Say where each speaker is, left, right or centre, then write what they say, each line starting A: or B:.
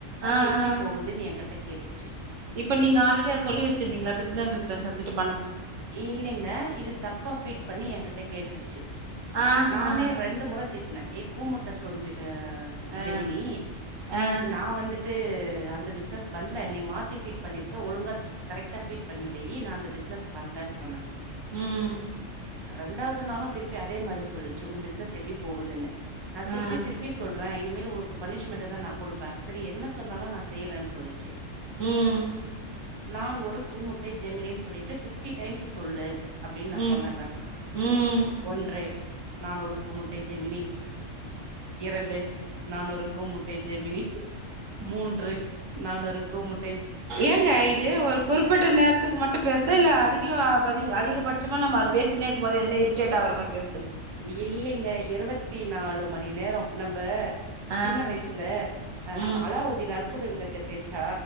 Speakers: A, on the right; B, on the right.
A: அது
B: ஆ
A: எப்படி
B: ஆ
A: போகுதுன்னு என் கிட்ட கேட்டுச்சு
B: இப்ப நீங்க ஆல்ரெடி அத சொல்லி வச்சிருந்தீங்கில பிஸ்த பிஸ்னஸ் அது கிட்ட
A: இல்லைங்க இது தப்பா ஃபீட் பண்ணி என்கிட்ட கேட்டுருச்சு
B: ஆஹா
A: நானே ரெண்டு முறை திட்டினே கூமுட்ட சோம்பி ஆ
B: ஆ
A: ஜெமினி
B: ஆ
A: நா வந்து ட்டு அந்த பிசினஸ் பண்ணல நீ மாத்தி பீ்ட் பண்ணிருக்க ஒழுங்கா கரெக்டா பீட் பண்ணி வெயி நான் அந்த பிசினஸ் வந்தேன்னு சொன்ன
B: ம்
A: ரெண்டாவது நாளும் திருப்பி அதே மாரி சொல்லிச்சு உங்க பிசினஸ் எப்படி போகுதுன்னு நான் திருப்பி
B: ஆ
A: திருப்பி சொல் ண்ற இனிமேல் உனக்கு பனிஷமெண்ட்தா கொடுப்பே சரி என்ன சொன்னாலு நா செய்றே சொல்லிச்சு
B: ம்
A: நான் ஒரு கூமுட்டை ஜெமினி சொல்லிட்டு <unintelligible> பிப்டி டைம்ஸ்ஸ் சொல்லு அப்படின்னு நான்
B: ம்
A: சொன்னேங்க
B: ம்
A: ஒன்றை நாணுரு கோமுட்டை ஜெமினி இரண்டு நானூறு கோமுட்டை ஜெமினி மூன்று நானு இருக்கும் முட்
B: ஏங்க இது ஒரு குறிப்பிட்ட நேரத்துக்கு மட்டும் பேசா இல்ல அதி க ப அதிகபட்சமா நம்ம அது பேசினேக்கு போது என்ன இரிட்டேட் ஆகற மாரி பேச
A: இல்லிங்க இருபத் பத்தி நாலு மணி நேர நம்ப
B: ஆ
A: சின்ன வயசுல அ
B: ம்
A: அலாவுதின் அற்புத விளக் எப்டி இருக் அ